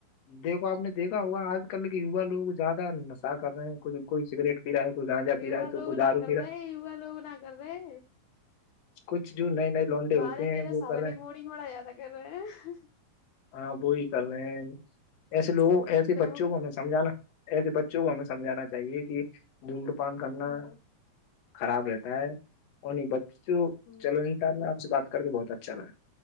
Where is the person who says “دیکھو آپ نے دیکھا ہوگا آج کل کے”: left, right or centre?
Left